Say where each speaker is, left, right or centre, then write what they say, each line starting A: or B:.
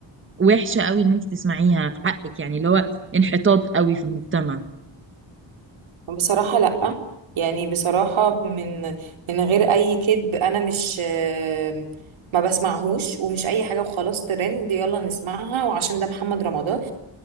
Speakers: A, on the right (about 25°); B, on the right (about 90°).
A: وحشه قوي ان انت تسمعيها في حقك يعني اللي هو انحطاط قوي في المجتمع
B: بصراحة لا يعني بصراحة من من غير أي كذب أنا مش آه، ما بسمعهوش ومش أي حاجة وخلاص ترند يلا نسمعها وعشان ده محمد رمضان